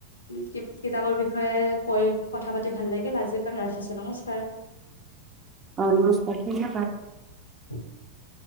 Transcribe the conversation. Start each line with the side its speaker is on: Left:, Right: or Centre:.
Left: কিত-কিতাপৰ বিষয়ে কৈ কথা পাতি ভাল লাগিল, আজিকাৰণে ৰাখিছো নমস্কাৰ।
Right: অ', নমস্কাৰ <inaudible>
Left: <unintelligible>